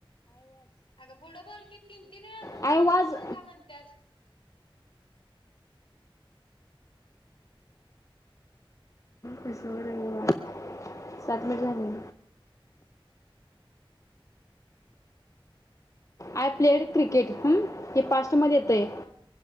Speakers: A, on the left; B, on the left.
A: अगं पुढं बोल की तीन तीन वेळा हो
B: आय
A: हो
B: वॉज
A: हो हो का म्हणतियास
B: कैस वर ब सात मिनिट झाले. आय प्लेड क्रिकेट ह हे पास्टमध्ये येत आहे
A: ह